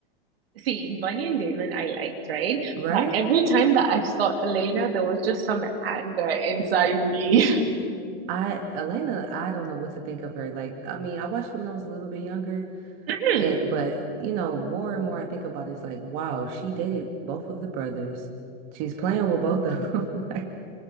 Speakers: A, on the right; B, on the right.
A: see, Bunny and Damon I liked, right?
B: right?
A: But every time that I saw Elena, there was just some anger inside me.
B: I Elena, I don't know what to think of her. Like, I mean, I watched it when I was a little bit younger,
A: <laughs>
B: and but you know, more and more I think about it, it's like, wow, she dated both of the brothers. She's playing with both of them. <laughs> Like,